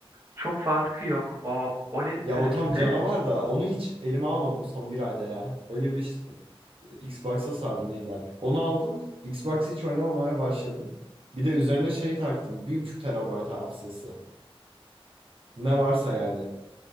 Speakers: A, on the right (about 30°); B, on the right (about 65°).
A: Çok farkı yok. O OLED
B: Ya
A: sürümünde
B: o tam canavar da onu hiç elime almadım son bir ayda ya. Öyle bir ş- Xbox'a sardım yeniden. Onu aldım. Xbox hiç oynamamaya başladım. Bir de üzerine şey taktım. bir buçuk terabayt hafızası. Ne varsa yani.